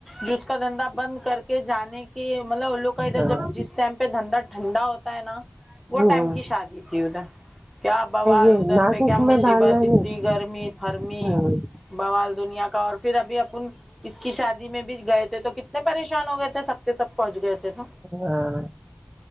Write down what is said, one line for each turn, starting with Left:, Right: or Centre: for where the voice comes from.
Centre: جو اس کا دھندا بند کر کے جانے کے مطلب وہ لوگ کا ادھر
Right: ہاں
Centre: جب جس ٹائم پہ دھندا ٹھنڈا ہوتا نا وہ
Right: ہوں
Centre: ٹائم کی شادی تھی ادھر کیا بوال
Right: یہ
Centre: ادھر
Right: ناک
Centre: پہ کیا
Right: اک
Centre: مجھ
Right: میں
Centre: صیبت
Right: ڈالنا
Centre: اتنی
Right: نہیں
Centre: گرمی فرمی
Right: ہوں
Centre: بوال دنیا کا اور پھر ابھی اپن اس کی شادی میں بھی گئے تھے تو کتنے پریشان ہو گئے تھے سب کے سب پہنچ گئے تھے تو
Right: ہاں